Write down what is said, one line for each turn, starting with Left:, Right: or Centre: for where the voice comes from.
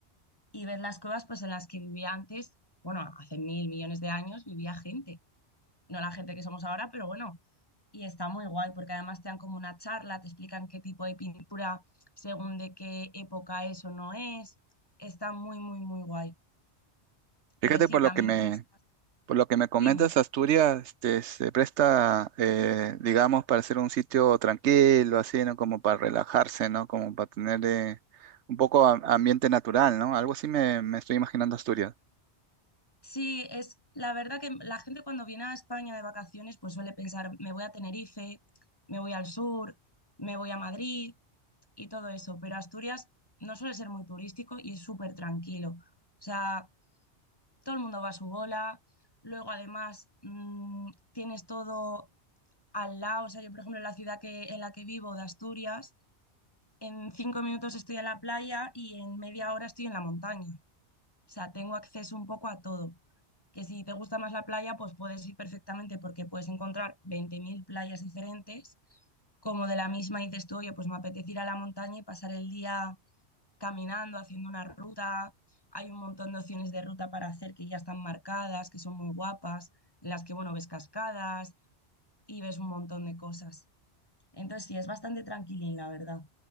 Left: y ver las cuevas pues en las que vivía antes, bueno, hace mil millones de años vivía gente, no la gente que somos ahora, pero bueno, y está muy guay porque además te dan como una charla, te explican qué tipo de pintura según de qué época eso no es, está muy, muy, muy guay.
Right: Fíjate
Left: Pero sí,
Right: por
Left: también
Right: lo que me,
Left: tienes...
Right: Por lo que me comentas,
Left: Dime.
Right: Asturias este, se presta, eh, digamos, para ser un sitio tranquilo, así, ¿no? Como para relajarse, ¿no? Como para tener eh, un poco a- ambiente natural, ¿no? Algo así me, me estoy imaginando Asturias.
Left: Sí, es la verdad que la gente cuando viene a España de vacaciones pues suele pensar, me voy a Tenerife, me voy al sur, me voy a Madrid y todo eso, pero Asturias no suele ser muy turístico y es súper tranquilo. O sea, todo el mundo va a su bola, luego además mm, tienes todo al lado, o sea, yo por ejemplo en la ciudad que, en la que vivo de Asturias, en cinco minutos estoy en la playa y en media hora estoy en la montaña. O sea, tengo acceso un poco a todo. Que si te gusta más la playa, pues puedes ir perfectamente porque puedes encontrar 20.000 playas diferentes. Como de la misma dices tú, oye, pues me apetece ir a la montaña y pasar el día caminando, haciendo una ruta. Hay un montón de opciones de ruta para hacer que ya están marcadas, que son muy guapas, en las que, bueno, ves cascadas y ves un montón de cosas. Entonces, sí, es bastante tranquilín, la verdad.